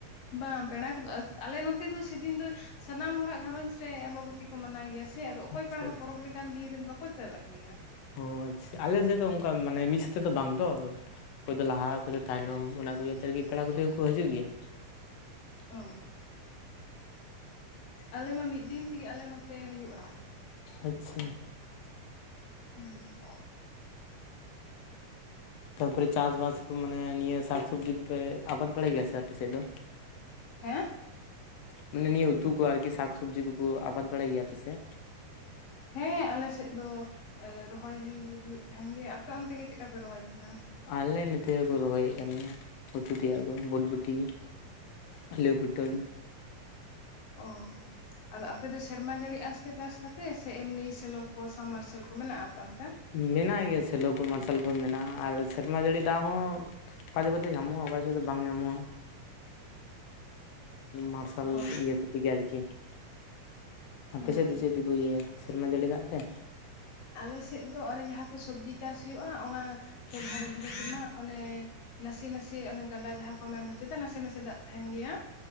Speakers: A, on the left; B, on the left.
A: ᱵᱟᱝ ᱯᱮᱲᱟ ᱠᱚᱫᱚ ᱟᱞᱮ ᱱᱚᱛᱮ ᱫᱚ ᱥᱮᱫᱤᱱ ᱫᱚ ᱥᱟᱱᱟᱢ ᱦᱚᱲᱟᱜ ᱜᱷᱟᱨᱚᱸᱡᱽ ᱨᱮ ᱟᱢᱵᱟᱵᱚᱛᱤ ᱠᱚ ᱢᱟᱱᱟᱣ ᱜᱮᱭᱟ ᱥᱮ ᱟᱫᱚ ᱚᱠᱚᱭ
B: ᱟᱪᱪᱷᱟ
A: ᱯᱟᱲᱦ
B: ᱟᱪᱪᱷᱟ
A: ᱦᱚᱸ ᱯᱚᱨᱚᱵᱽ ᱞᱮᱠᱟᱱ ᱫᱤᱱ ᱨᱮᱱ ᱵᱟᱠᱚ ᱪᱟᱞᱟᱜᱼᱟ ᱜᱮᱭᱟ
B: ᱚ ᱟᱪᱷᱟ ᱟᱞᱮ ᱥᱮᱫ ᱫᱚ ᱚᱱᱠᱟ ᱢᱟᱱᱮ ᱢᱤᱫ ᱥᱟᱛᱮ ᱫᱚ ᱵᱟᱝ ᱫᱚ ᱚᱠᱚᱭ ᱫᱚ ᱞᱟᱦᱟ ᱚᱠᱚᱭ ᱫᱚ ᱛᱟᱭᱱᱚᱢ ᱚᱱᱟ ᱠᱚ ᱤᱭᱟᱹ ᱛᱮᱜᱮ ᱯᱮᱲᱟ ᱠᱚᱫᱚ ᱠᱚ ᱦᱤᱡᱩᱜ ᱜᱮᱭᱟ
A: ᱚᱻ ᱟᱞᱮ ᱢᱟ ᱢᱤᱫ ᱫᱤᱱ ᱛᱮᱜᱮ ᱟᱞᱮ ᱱᱚᱛᱮ ᱦᱩᱭᱩᱜᱼᱟ
B: ᱟᱪᱪᱷᱟ
A: ᱦᱩᱸᱻ
B: ᱛᱟᱨᱯᱚᱨᱮ ᱪᱟᱥᱼᱵᱟᱥ ᱠᱚ ᱢᱟᱱᱮ ᱱᱤᱭᱟᱹ ᱥᱟᱠ ᱥᱚᱵᱽᱡᱤ ᱠᱚᱯᱮ ᱟᱵᱟᱫ ᱵᱟᱲᱟᱭ ᱜᱮᱭᱟ ᱥᱮ ᱟᱯᱮ ᱥᱮᱫ ᱫᱚ?
A: ᱦᱮᱸ
B: ᱢᱟᱱᱮ ᱱᱤᱭᱟᱹ ᱩᱛᱩ ᱠᱚ ᱟᱨᱠᱤ ᱥᱟᱠᱼᱥᱚᱵᱽᱡᱤ ᱠᱚᱠᱚ ᱟᱵᱟᱫ ᱵᱟᱲᱟᱭ ᱜᱮᱭᱟ ᱟᱯᱮ ᱥᱮᱫ?
A: ᱦᱮᱸ ᱟᱞᱮᱥᱮᱫ ᱫᱚ ᱨᱚᱦᱚᱭ ᱦᱩᱭᱩᱜ ᱦᱩᱭᱩᱜ ᱛᱟᱦᱮᱸᱱ ᱜᱮ ᱟᱯᱮ ᱚᱱᱛᱮ ᱜᱮ ᱪᱮᱫ ᱠᱟ ᱯᱮ ᱨᱚᱦᱚᱭ ᱛᱟᱦᱮᱱᱟ?
B: ᱟᱞᱮ ᱱᱚᱛᱮ ᱦᱚᱸᱠᱚ ᱨᱚᱦᱚᱭᱮᱫ ᱠᱟᱱ ᱜᱮᱭᱟ ᱩᱛᱩ ᱛᱮᱭᱟᱜ ᱠᱚ ᱵᱩᱴᱵᱩᱴᱤ ᱟᱞᱩ ᱯᱚᱴᱚᱞ
A: ᱚ ᱟᱫᱚ ᱟᱯᱮ ᱫᱚ ᱥᱮᱨᱢᱟ ᱡᱟᱹᱲᱤ ᱟᱸᱥᱛᱮ ᱪᱟᱥ ᱛᱟᱯᱮ ᱥᱮ ᱮᱢᱱᱤ ᱥᱮᱞᱚᱠ ᱠᱚ ᱥᱟᱵᱼᱢᱟᱨᱥᱟᱞ ᱠᱚ? ᱠᱚ ᱢᱮᱱᱟᱜᱼᱟ ᱟᱯᱮ ᱚᱱᱛᱮ?
B: ᱢᱮᱱᱟᱜ ᱜᱮᱭᱟ ᱥᱮᱞᱚ ᱠᱚ ᱢᱟᱨᱥᱟᱞ ᱠᱚ ᱢᱮᱱᱟᱜᱼᱟ ᱟᱨ ᱥᱮᱨᱢᱟ ᱡᱟᱹᱲᱤ ᱫᱟᱜ ᱦᱚᱸ ᱚᱠᱟ ᱡᱚᱠᱷᱚᱡ ᱫᱚ ᱧᱟᱢᱚᱜᱼᱟ ᱚᱠᱟ ᱡᱚᱠᱷᱚᱡ ᱫᱚ ᱵᱟᱝ ᱧᱟᱢᱚᱜᱼᱟ ᱢᱟᱨᱥᱟᱞ
A: ᱚ
B: ᱤᱭᱟᱹ ᱠᱚᱛᱮ ᱜᱮ ᱟᱨᱠᱤ ᱾ ᱟᱯᱮ
A: ᱦᱩᱸ
B: ᱥᱮᱫ ᱫᱚ ᱪᱮᱫ? ᱛᱮᱠᱚ ᱤᱭᱟᱹᱭᱟ ᱥᱮᱨᱢᱟ ᱡᱟᱹᱲᱤ ᱫᱟᱜ ᱛᱮ?
A: ᱟᱞᱮ ᱥᱮᱫ ᱫᱚ ᱚᱱᱮ ᱡᱟᱦᱟᱸ ᱠᱚ ᱥᱚᱵᱽᱡᱤ ᱪᱟᱥ ᱦᱩᱭᱩᱜᱼᱟ ᱚᱱᱟ ᱠᱚ ᱫᱷᱟᱨᱮ ᱫᱷᱟᱨᱮ ᱛᱮᱱᱟᱜ ᱚᱱᱮ ᱱᱟᱥᱮ ᱱᱟᱥᱮ ᱚᱱᱮ ᱜᱟᱰᱟ ᱡᱟᱦᱟᱸ ᱠᱚ ᱢᱮᱱ ᱦᱚᱪᱚᱭ ᱫᱟ ᱱᱟᱥᱮ ᱱᱟᱥᱮ ᱫᱟᱜ ᱛᱟᱦᱮᱱ ᱜᱮᱭᱟ